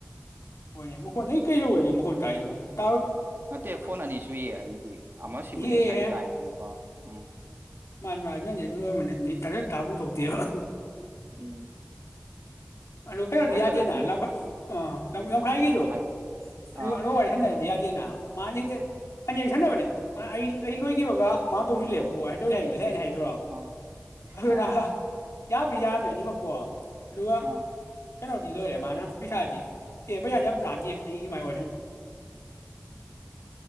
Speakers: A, on the left; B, on the right.
A: ꯍꯣꯏꯅꯦ ꯃꯈꯣꯟ ꯑꯩ ꯀꯩꯗꯧ ꯑꯣꯏꯗꯤ ꯃꯈꯣꯟ ꯇ ꯍꯥꯏꯔꯤꯕꯕꯨ
B: ꯅꯠꯇꯦ ꯐꯣꯟ ꯑꯅꯤꯁꯨꯏ ꯑꯩꯗꯤ ꯑꯃꯁꯤꯕꯨꯗꯤ
A: ꯌꯦꯛꯑꯦꯍꯦ
B: ꯉꯁꯥꯏꯗꯤ ꯇꯥꯏꯗꯅꯀꯣ ꯎꯝ
A: ꯃꯥꯅꯤ ꯃꯥ ꯅꯪꯅꯦ ꯅꯣꯏꯃꯗ ꯅ ꯇꯥꯗ ꯇꯥꯐꯝ ꯊꯣꯛꯗꯦꯕ
B: ꯎꯝ
A: ꯑꯗꯨ ꯀꯩꯅꯣꯗꯤ
B: ꯍꯣꯔꯦꯟ
A: ꯌꯥꯗꯦꯅꯈ
B: ꯆꯠꯂ ꯄꯨꯡ
A: ꯑ ꯂꯝꯈꯥꯏꯒꯤꯗꯣ
B: ꯍꯥꯏꯔꯛꯑꯣ
A: ꯑꯗꯨ
B: ꯑꯥ
A: ꯑ ꯋꯥꯔꯤ ꯁꯟꯅ ꯌꯥꯗꯦꯅ ꯃꯥꯅ ꯍꯦ ꯑ ꯁꯟꯅꯅꯕꯅꯦ ꯑꯩ ꯂꯣꯏꯈꯤꯕꯒ ꯃꯥꯅ ꯇꯧꯁꯤꯜꯂꯦꯕꯀꯣ ꯍꯥꯏ ꯇꯧ ꯍꯥꯏꯨꯣ ꯉꯁꯥꯏ ꯑꯩꯅ ꯍꯥꯏ ꯭ꯔꯣ
B: ꯑꯥ
A: ꯑꯗꯨꯅ
B: ꯑꯥ
A: ꯌꯥꯕ꯭ꯔꯥ ꯌꯥꯃꯦ ꯑꯅꯤꯃꯛꯀꯣ ꯔꯨꯍ
B: ꯑꯥ
A: ꯀꯩꯅꯣꯗꯤ ꯂꯣꯏꯔꯦ ꯃꯥꯅ ꯄꯩꯁꯥꯗꯤ ꯑꯦ ꯄꯩꯁꯥꯗꯤ ꯌꯥꯝ ꯀꯥꯗꯦ ꯑꯩꯒꯤ ꯃꯥꯏ